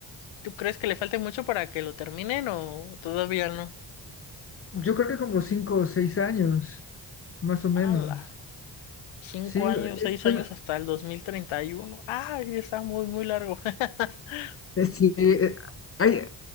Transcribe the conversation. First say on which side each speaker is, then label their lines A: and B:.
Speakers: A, on the left; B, on the left.
A: ¿tú crees que le falte mucho para que lo terminen o todavía no?
B: Yo creo que como cinco o seis años, más o menos.
A: ¡Hala! Cinco
B: Sí,
A: años, seis
B: está-
A: años hasta el 2031. Ay, está muy, muy largo. <laughs>
B: es que, eh, hay,